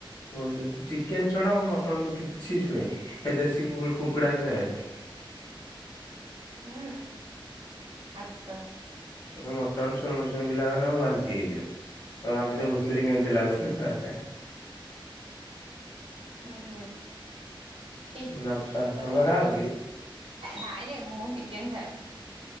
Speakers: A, on the left (about 45°); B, on the right (about 80°).
A: ହ ଚିକେନ ଛଡା ଆଉ ମଟନ କିଛି ଛୁଏନି ଏ ଦେଶୀ କୁକୁଡା ବି ଖାଏନି। <inaudible>
B: ହୁଁ ଆଛା।
A: ମଟନ୍ ଶୁଣ ଶୁଙ୍ଗିଲା ମାନେ ଆମର ବାନ୍ତି ହେଇଯିବ। ହଉ ଆ ତ ଘୁଷରି କେମିତି ଲାଗୁଛ ତାହାଲେ।
B: ହୁଁ ହୁଁ। ଛି।
A: ଗ୍ଲୋବସ୍
B: ସେଗୁରାକ
A: ଟା ହାତରେ ଲଗାଅ
B: କିଏ
A: କି?
B: ନାଇଁ ନାଇଁ ମୁଁ ଚିକେନ ଖାଏ